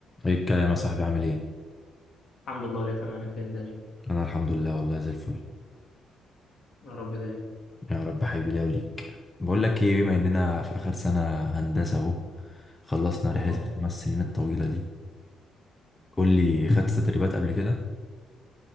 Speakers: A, on the left; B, on the left.
A: ايه الكلام يا صاحبي عامل ايه
B: الحمد لله اللي تمام انت ايه الدنيا
A: انا الحمد لله والله زي الفل
B: يا رب دايما
A: يا رب حبيبي ليا وليك بقول لك ايه بما اننا في اخر سنه هندسه اهو خلصنا رحله
B: اه
A: الخمس سنين الطويله دي قول لي خدت تدريبات قبل كده